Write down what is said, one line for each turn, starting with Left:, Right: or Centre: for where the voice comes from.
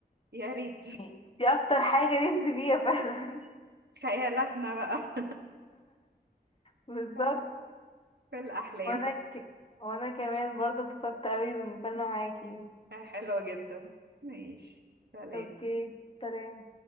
Right: يا ريت
Left: يعني دي أكتر حاجة <laughs> نفسي فيها فعلا
Right: خيالاتنا بقى
Left: <laughs> بالظبط
Right: <laughs> في الأحلام
Left: وأنا ك... وأنا كمان برضه اتبسطت أوي بالمكالمة معاكي
Right: حلوة جدا ماشي سلام
Left: أوكي سلام